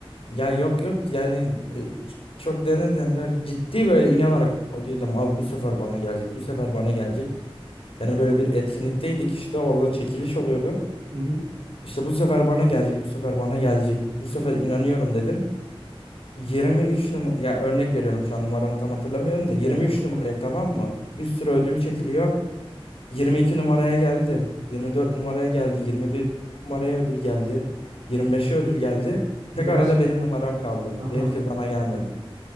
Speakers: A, on the left; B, on the right.
A: Ya yok yok yani e, ç- çok denediler. Ciddi böyle inanarak "O," diyordum abi bu sefer bana gelecek, bu sefer bana gelecek. Yani böyle bir etkinlikteydik işte orada çekiliş oluyordu.
B: Hı hı.
A: İşte bu sefer bana gelecek, bu sefer bana gelecek. Bu sefer inanıyorum dedim. 23 numara ya örnek veriyorum şu an numaramı tam hatırlamıyorum da 23
B: Evet.
A: numarayım tamam mı? Bir sürü ödül çekiliyor. 22 numaraya geldi. yirmi dört numaraya geldi. yirmi bir numaraya ödül geldi. 25'e ödül geldi.
B: <laughs>
A: Tek
B: Gerçekten.
A: arada benim numaram kaldı.
B: Aha.
A: Benimki bana gelmedi.